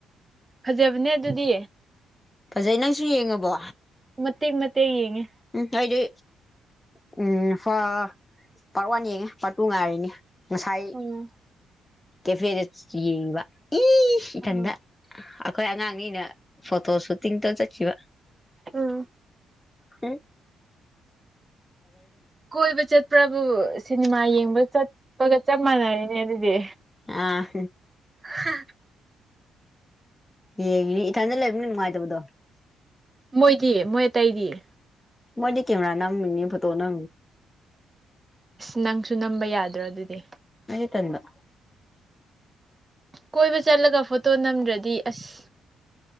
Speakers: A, on the right (about 20°); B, on the left (about 20°).
A: ꯐꯖꯕꯅꯦ ꯑꯗꯨꯗꯤ
B: ꯐꯖꯩ ꯅꯪꯁꯨ ꯌꯦꯡꯉꯕꯣ
A: ꯃ ꯃꯒꯤ ꯌꯦꯦꯉꯦ
B: ꯎꯝ ꯑꯩꯗꯤ ꯎꯝ ꯏ ꯐꯥ ꯄꯥꯔꯠ ꯋꯥꯟ ꯌꯦꯡꯉꯦ ꯄꯥꯔꯠ ꯇꯨ ꯉꯥꯏꯔꯤꯅꯤ ꯉꯁꯥꯏ
A: ꯎꯝ
B: ꯀꯦꯐꯦꯔꯠ ꯌꯦꯕ ꯏ
A: ꯎꯝ
B: ꯀꯗ ꯑꯩꯈꯣꯏ ꯑꯉꯥꯡꯅꯤꯅ ꯐꯣꯇꯣ ꯁꯠ ꯇ ꯇ ꯆꯀꯤꯈꯤꯕ
A: ꯎꯝ
B: ꯎ
A: ꯀꯣꯏꯕ ꯆꯠꯄ꯭ꯔꯕꯨ ꯁꯤꯅꯦꯃꯥ ꯌꯦꯡꯕ ꯆꯠꯄꯒ ꯆꯞ ꯃꯥꯟꯅꯔꯤꯅꯦ ꯑꯗꯨꯗꯤ
B: ꯑ
A: ꯍꯥ
B: ꯌꯦꯡꯅꯦ ꯏꯊꯟꯗ ꯂꯩꯕꯅꯤ ꯅꯨꯡꯉꯥꯏꯇꯕꯗꯣ
A: ꯃꯣꯏꯗꯤ ꯃꯣꯏ ꯑꯇꯩꯗꯤꯌꯦ
B: ꯃꯣꯏꯦ ꯀꯦꯦꯝꯅꯥ ꯅ ꯃꯅꯤ ꯐꯠꯇ ꯅ
A: ꯑꯁ ꯅꯪꯁꯨ ꯅꯝꯕ ꯌꯥꯗ꯭ꯔꯣ ꯑꯗꯨꯗꯤ
B: ꯇꯅ
A: ꯀꯣꯏꯕ ꯆꯠꯂꯒ ꯐꯣꯇꯣ ꯅꯝꯗ꯭ꯔꯗꯤ ꯑꯁ